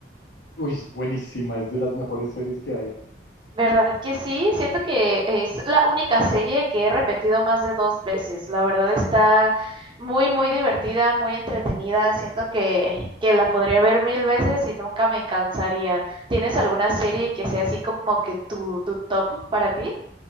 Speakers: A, on the left (about 80°); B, on the right (about 30°).
A: Uy, es buenísima, es de las mejores series que hay.
B: ¿Verdad que sí? Siento que es la única serie que he repetido más de dos veces. La verdad está muy, muy divertida, muy entretenida. Siento que, que la podría ver mil veces y nunca me cansaría. ¿Tienes alguna serie que sea así como que tu, tu top para ti?